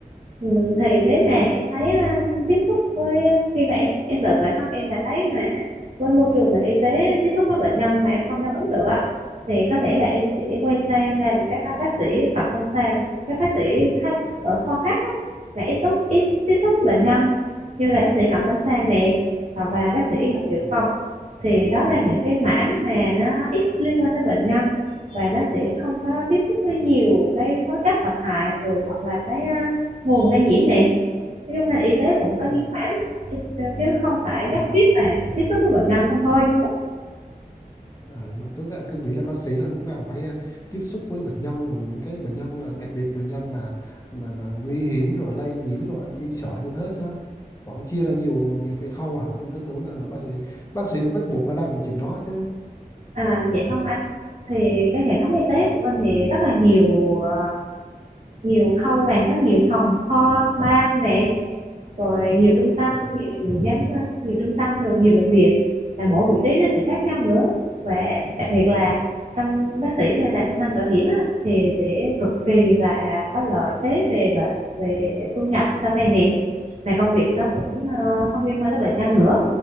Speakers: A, on the right (about 50°); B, on the left (about 20°).
A: Ừ, thì nếu mà
B: Ừ.
A: em thấy à, tiếp xúc với ờ, khi mà em em tự bản thân em mà thấy mà với môi trường mà y tế tiếp xúc với bệnh nhân mà em không đáp ứng được á thì có thể là em sẽ quay sang làm các à, bác sĩ cận lâm sàng các bác sĩ khác ở khoa khác á, mà ít tốt ít tiếp xúc với bệnh nhân như là bác sĩ cận lâm sàng này hoặc là bác sĩ y học dự
B: Ừ.
A: phòng thì đó là những cái mảng mà nó ít liên quan tới bệnh nhân và nó sẽ không có tiếp xúc với nhiều cái khối chất độc hại rồi hoặc là cái à, nguồn lây nhiễm nè nói chung là y tế cũng có
B: Ừ.
A: di khoản chứ không phải
B: à
A: nhất thiết là tiếp xúc với bệnh nhân không thôi
B: À, nhưng mà trước đó anh cứ nghĩ là bác sĩ là lúc nào phải ờ, tiếp xúc với bệnh nhân rồi những cái bệnh nhân là đặc biệt bệnh nhân mà mà mà nguy hiểm rồi lây nhiễm rồi anh chỉ sợ như thế chứ vẫn chia ra nhiều nhiều cái khâu à anh cứ tưởng là, là bác sĩ bác sĩ là bắt buộc phải làm những chuyện đó chứ
A: à, vậy không anh thì cái hệ thống y tế
B: ừ.
A: của mình thì rất là nhiều ờ, nhiều khâu mà rất nhiều phòng kho ban nè rồi nhiều trung tâm
B: Ừ.
A: nhiều, nhiều nhóm nhiều trung tâm rồi nhiều bệnh viện mà mỗi vị trí nó sẽ khác nhau nữa và đặc biệt là trong bác sĩ mà làm trong ngành bảo hiểm á, thì sẽ cực kỳ là có lợi thế về là về thu nhập sau này nè mà công việc nó cũng ờ, không liên quan tới bệnh nhân nữa